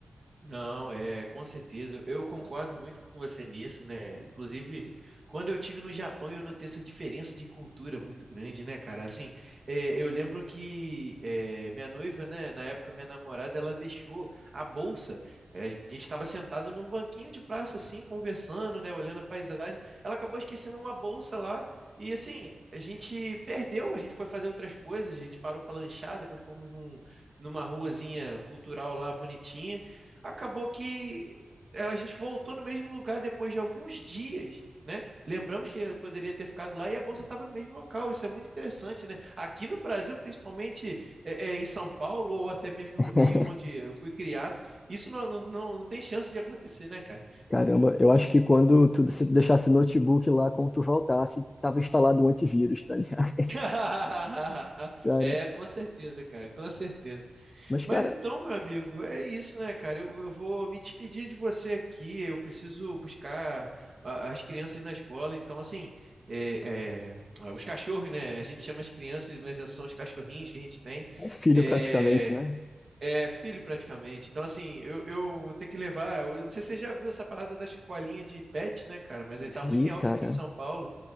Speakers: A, on the right; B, on the left.
A: Não, é, com certeza. Eu concordo muito com você nisso, né? Inclusive, quando eu tive no Japão, eu notei essa diferença de cultura muito grande, né, cara? Assim, é, eu lembro que é, minha noiva, né, na época minha namorada, ela deixou a bolsa. É, a gente estava sentado num banquinho de praça, assim, conversando, né, olhando a paisagem. Ela acabou esquecendo uma bolsa lá e, assim, a gente perdeu. A gente foi fazer outras coisas, a gente parou para lanchar, depois fomos num, numa ruazinha cultural lá bonitinha acabou que eh, a gente voltou no mesmo lugar depois de alguns dias, né? Lembramos que ele poderia ter ficado lá e a bolsa estava no mesmo local. Isso é muito interessante, né? Aqui no Brasil, principalmente é, é, em São Paulo ou até mesmo
B: <laughs>
A: no Rio, onde eu fui criado, isso não, não, não, não tem chance de acontecer, né, cara?
B: Caramba, eu acho que quando tu, se tu deixasse o notebook lá, quando tu voltasse, tava instalado um antivírus, tá ligado?
A: <laughs>
B: <laughs> Cara,
A: É, com certeza, cara, com certeza.
B: mas, cara,
A: Mas então, meu amigo, é isso, né, cara? Eu, eu vou me despedir de você aqui. Eu preciso buscar a- as crianças na escola. Então, assim, é, é, ah, os cachorros, né? A gente chama as crianças, mas são os cachorrinhos que a gente tem.
B: é filho
A: É,
B: praticamente, né?
A: é filho praticamente. Então, assim, eu, eu vou ter que levar. Eu não sei se você já viu essa parada da escolinha de pet, né, cara? Mas ele tá
B: Vi,
A: muito em alta
B: cara,
A: aqui em São Paulo.